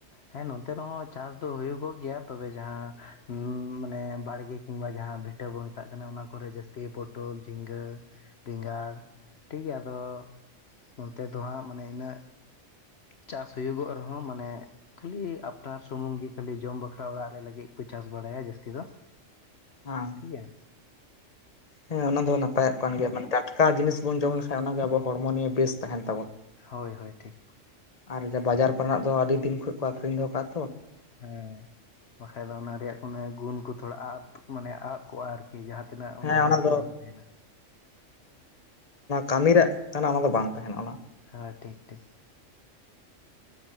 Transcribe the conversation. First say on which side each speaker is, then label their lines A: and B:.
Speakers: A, on the left; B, on the left.
A: ᱦᱮᱸ ᱱᱚᱱᱛᱮ ᱨᱮᱦᱚᱸ ᱪᱟᱥ ᱫᱚ ᱦᱩᱭᱩᱜᱚᱜ ᱜᱮᱭᱟ ᱛᱚᱵᱮ ᱡᱟᱦᱟᱸ ᱢᱟᱱᱮ ᱵᱟᱲᱜᱮ ᱠᱤᱱᱵᱟ ᱡᱟᱦᱟᱸ ᱵᱷᱤᱴᱟᱹ ᱵᱚ ᱢᱮᱛᱟᱜ ᱠᱟᱱᱟ ᱚᱱᱟ ᱠᱚᱨᱮ ᱡᱟᱹᱥᱛᱤ ᱯᱚᱴᱚᱞ ᱡᱷᱤᱸᱜᱟᱹ ᱵᱮᱸᱜᱟᱲ ᱴᱷᱤᱠᱜᱮᱭᱟ ᱟᱫᱚ ᱱᱚᱱᱛᱮ ᱫᱚ ᱦᱟᱜ ᱢᱟᱱᱮ ᱤᱱᱟᱹᱜ ᱪᱟᱥ ᱦᱩᱭᱩᱜᱚᱜ ᱨᱮᱦᱚᱸ ᱢᱟᱱᱮ ᱠᱷᱟᱹᱞᱤ ᱟᱯᱱᱟᱨ ᱥᱩᱢᱩᱝ ᱜᱤ ᱠᱷᱟᱹᱞᱤ ᱡᱚᱢ ᱵᱟᱠᱷᱨᱟ ᱚᱲᱟᱜ ᱨᱮ ᱞᱟᱹᱜᱤᱫ ᱠᱚ ᱪᱟᱥ ᱵᱟᱲᱟᱭᱟ ᱡᱟᱹᱥᱛᱤ <unintelligible> ᱫᱚ
B: ᱦᱮᱸ
A: ᱴᱷᱤᱠ ᱜᱮᱭᱟ
B: ᱦᱮᱸ ᱚᱱᱟ ᱫᱚ ᱱᱟᱯᱟᱭᱚᱜ ᱠᱟᱱ ᱜᱮᱭᱟ ᱢᱟᱱᱮ ᱦᱮᱸ ᱢᱟᱱᱮ ᱴᱟᱴᱠᱟ ᱡᱤᱱᱤᱥ ᱵᱩᱱ ᱡᱚᱢ ᱞᱮᱠᱷᱟᱱ ᱚᱱᱟᱜᱮ ᱟᱵᱚ ᱦᱚᱲᱢᱚ ᱱᱤᱭᱮ ᱵᱮᱥ ᱛᱟᱦᱮᱱᱟ᱾
A: ᱦᱳᱭ ᱦᱳᱭ ᱴᱷᱤᱠ᱾
B: ᱟᱨ ᱵᱟᱡᱟᱨ ᱠᱚᱨᱮᱱᱟᱜ ᱫᱚ ᱟᱹᱰᱤ ᱫᱤᱱ ᱠᱷᱚᱱ ᱠᱚ ᱟᱹᱠᱷᱨᱤᱧ ᱫᱚᱦᱚ ᱠᱟᱛ᱾
A: ᱦᱮᱸ ᱵᱟᱠᱷᱟᱡ ᱫᱚ ᱚᱱᱟ ᱨᱮᱭᱟᱜ ᱠᱳᱱᱳ ᱜᱩᱱ ᱠᱚ ᱛᱷᱩᱲᱟ ᱟᱫ ᱢᱟᱱᱮ ᱟᱫ ᱠᱚᱜᱼᱟ ᱟᱨᱠᱤ᱾ ᱡᱟᱦᱟᱸ ᱛᱤᱱᱟᱹᱜ
B: ᱦᱮᱸ
A: ᱚᱱᱟ ᱨᱮᱭᱟᱜ
B: ᱫᱚ
A: ᱤᱭᱟᱹ ᱠᱚ ᱛᱟᱦᱮᱱᱟ᱾
B: ᱠᱟᱢᱤ ᱨᱮᱭᱟᱜ ᱠᱟᱱᱟ ᱚᱱᱟ ᱫᱚ ᱵᱟᱝ ᱛᱟᱸᱦᱮᱱᱟ ᱚᱱᱟ᱾
A: ᱦᱮᱸ ᱴᱷᱤᱠ ᱴᱷᱤᱠ᱾